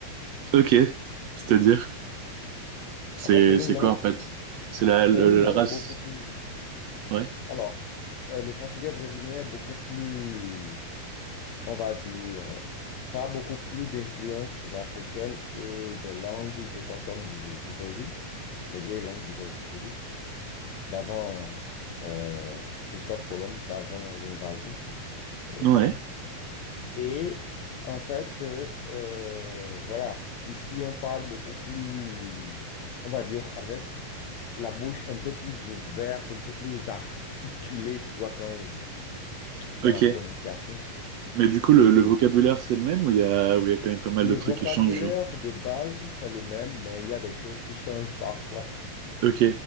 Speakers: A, on the right; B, on the left.
A: ok, c'est-à-dire? C'est
B: En fait, c'est
A: c'est
B: une langue,
A: quoi en fait? C'est la,
B: c'est
A: la, la
B: une langue
A: race?
B: beaucoup plus.
A: Ouais,
B: Alors, euh, le portugais brésilien est beaucoup plus, on va dire, ça a beaucoup plus d'influences africaines et de langues autochtones du, du Brésil, les vieilles langues du Brésil, d'avant euh, Christophe Colomb, d'avant l'invasion européenne.
A: ouais,
B: Et en fait, euh, euh, voilà, ici, on parle beaucoup plus, on va dire, avec la bouche un peu plus ouverte, un peu plus articulée, tu vois, quand on- dans
A: ok.
B: la prononciation.
A: Mais du coup,
B: Et
A: le, le vocabulaire, c'est le même ou il y a, ou il y a quand même pas mal
B: le
A: de trucs
B: vocabulaire
A: qui changent?
B: de base, c'est le même, mais il y a des choses qui changent parfois.
A: Ok.